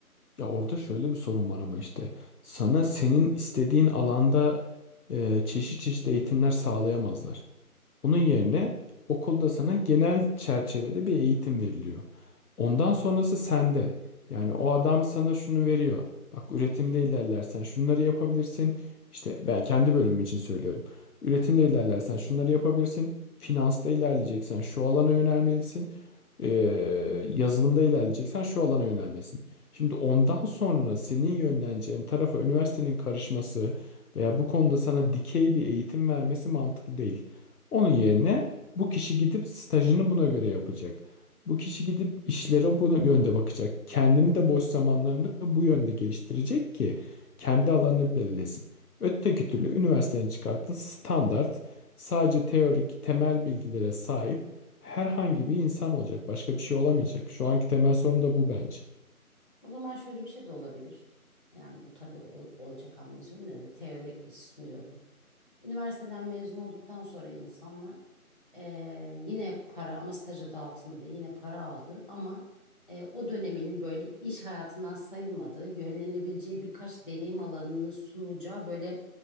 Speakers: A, on the left; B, on the left.
A: Ya orada şöyle bir sorun var ama işte sana senin istediğin alanda e, çeşit çeşit eğitimler sağlayamazlar. Onun yerine okulda sana genel çerçevede bir eğitim veriliyor. Ondan sonrası sende. Yani o adam sana şunu veriyor. Bak üretimde ilerlersen şunları yapabilirsin. İşte ben kendi bölümüm için söylüyorum. Üretimde ilerlersen şunları yapabilirsin. Finansta ilerleyeceksen şu alana yönelmelisin. Ee, yazılımda ilerleyeceksen şu alana yönelmelisin. Şimdi ondan sonra senin yönleneceğin tarafa üniversitenin karışması veya bu konuda sana dikey bir eğitim vermesi mantıklı değil. Onun yerine bu kişi gidip stajını buna göre yapacak. Bu kişi gidip işlere buna yönde bakacak. Kendini de boş zamanlarında bu yönde geliştirecek ki kendi alanını belirlesin. Öteki türlü üniversitenin çıkarttığı standart sadece teorik temel bilgilere sahip herhangi bir insan olacak. Başka bir şey olamayacak. Şu anki temel sorun da bu bence.
B: O zaman şöyle bir şey de olabilir. Yani bu tabii ol- olacak anlamda söylemiyorum da teori sunuyorum. Üniversiteden mezun olduktan sonra insanlar eee, yine para ama staja da altında değil yine para aldı ama eee, o döneminin böyle iş hayatından sayılmadığı yönlenebileceği birkaç deneyim alanının sunulacağı böyle